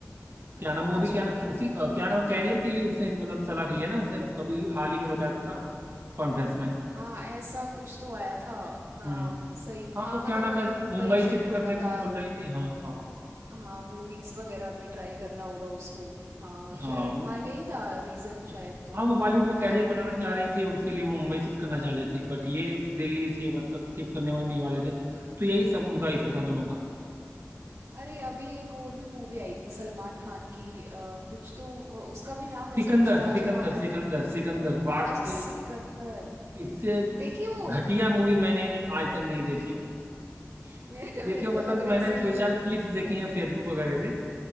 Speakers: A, on the right; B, on the right.
A: क्या
B: ओ
A: नाम वो
B: अच्छा
A: भी क्या
B: ये
A: नाम उसी अ, क्या नाम कैरियर के लिए उसने मतलब तलाक लिया ना उसने अभी हाल ही में बताया तो था कॉन्फ्रेंस में
B: हाँ ऐसा कुछ तो आया था हाँ
A: हम्म
B: सही
A: हाँ
B: हाँ
A: वो
B: मतलब
A: क्या नाम
B: वही
A: है
B: मुंबई
A: मुंबई शिफ्ट
B: शिफ्ट होना
A: करने को
B: था
A: बोल रही थी हाँ हाँ
B: हाँ मूवीज वगैरह में ट्राई करना होगा उसको हाँ
A: हाँ
B: शायद
A: वो
B: हाँ यही था रीजन शायद तो
A: हाँ वो बॉलीवुड में कैरियर
B: और
A: बनाना चाह रही थी और उसके लिए वो मुंबई शिफ्ट करना चाहते थे बट ये दिल्ली से मतलब कि शिफ्ट करने वाले नहीं वाले थे तो यही सब उनका इशू था दोनों का
B: अरे अभी एक और भी मूवी आई थी सलमान खान की अ, कुछ तो अ, उसका भी नाम ऐसा
A: सिकंदर
B: कुछ राजा
A: सिकंदर
B: महारा
A: सिकंदर सिकंदर वाकई
B: अच्छा सिकंदर
A: इससे
B: देखी वो
A: घटिया मूवी मैंने आज तक नहीं देखी
B: <laughs> मेरे
A: देखियो
B: मेरे
A: मतलब
B: को लग
A: कि
B: रहा
A: मैंने
B: है इसीलिए
A: दो चार क्लिप्स देखी हैं फेसबुक वगैरह पे